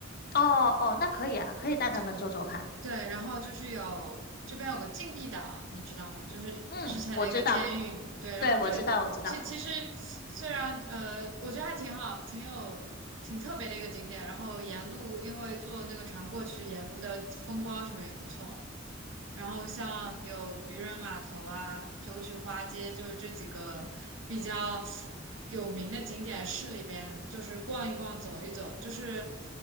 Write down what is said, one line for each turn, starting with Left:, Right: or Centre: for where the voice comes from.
Left: 哦哦，那可以啊，可以带他们坐坐看。
Right: 这对，然后就是有这边有个禁闭岛，你知道吗？就是之前那个监狱。
Left: 嗯，我知道，
Right: 对，然后这个其其实虽然呃，
Left: 对，我知道，我知道。
Right: 我觉得还挺好，挺有挺特别的一个景点。然后沿路因为坐那个船过去，沿路的风光什么也不错。然后像有渔人码头啊、九曲花街，就是这几个比较有名的景点，市里边就是逛一逛、走一走，就是